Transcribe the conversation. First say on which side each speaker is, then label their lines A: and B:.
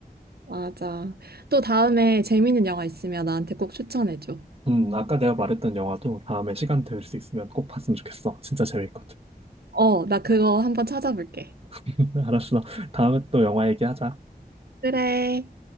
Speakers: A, on the right; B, on the right.
A: 맞아. 또 다음에 재밌는 영화 있으면 나한테 꼭 추천해줘.
B: 음, 아까 내가 말했던 영화도 다음에 시간 될 수 있으면 꼭 봤으면 좋겠어. 진짜 재밌거든.
A: 어, 나 그거 한번 찾아볼게.
B: <laughs> 알았어. 다음에 또 영화 얘기하자.
A: 그래.